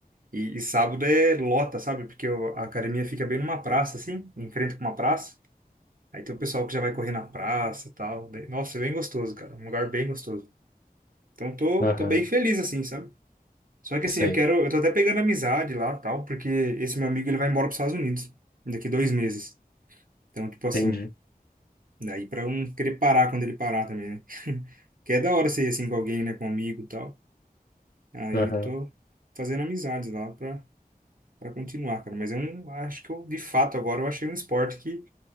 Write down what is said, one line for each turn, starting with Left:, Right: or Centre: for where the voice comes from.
Right: E, e sábado é lota, sabe? Porque o- a academia fica bem numa praça, assim, em frente com uma praça. Aí tem o pessoal que já vai correr na praça e tal. Daí- Nossa, é bem gostoso, cara. Um lugar bem gostoso. Então tô,
Left: Aham,
Right: tô bem feliz, assim, sabe? Só que assim,
Left: sei.
Right: eu quero. Eu tô até pegando amizade lá tal, porque esse meu amigo ele vai embora pros Estados Unidos daqui dois meses. Então, tipo assim,
Left: Entendi.
Right: daí pra eu não querer parar quando ele parar também, né? <laughs> Que é da hora ser assim com alguém, né? Com um amigo e tal. Aí
Left: Aham,
Right: tô fazendo amizades lá pra para continuar, cara. Mas eu não acho que eu, de fato, agora eu achei um esporte que,